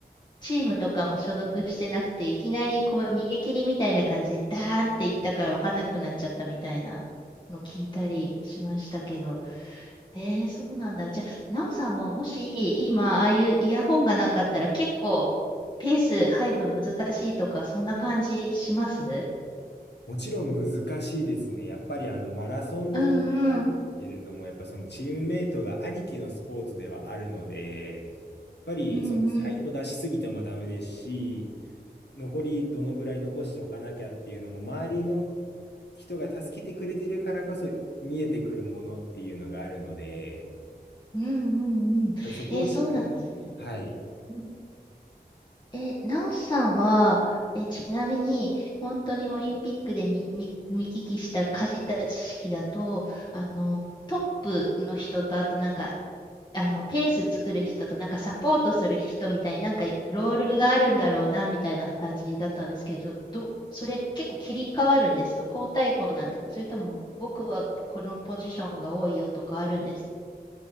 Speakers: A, on the left (about 25°); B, on the left (about 75°).
A: チームとかも所属してなくて、いきなりこう、逃げ切りみたいな感じで、ダーンっていったから分かんなくなっちゃったみたいなの聞いたりしましたけど、えー、そうなんだ。じゃあ、なおさんももし今、ああいうイヤホンがなかったら結構ペース配分難しいとか、そんな感じします
B: もちろん難しいですね。やっぱりあのマラソンとなんですけれども、
A: うんうん。
B: やっぱそのチームメイトがありきのスポーツではあるので、やっぱりその最初出しすぎてもダメですし、
A: うんうん。
B: 残りどのぐらい残しておかなきゃっていうのも、周りの人が助けてくれてるからこそ見えてくるものっていうのがあるので、
A: うんうんうん。
B: そこを知って
A: えー、そうなんですね。
B: はい。
A: うんえー、なおさんは、えー、ちなみに、本当にオリンピックでみ、み、見聞きした、かじった知識だと、あの、トップの人と、あとなんか、あの、ペース作る人と、なんかサポートする人みたいになんかロールがあるんだろうな、みたいな感じだったんですけど、ど、それ結構切り替わるんですか交代校なんですかそれとも、僕はこのポジションが多いよとかあるんですか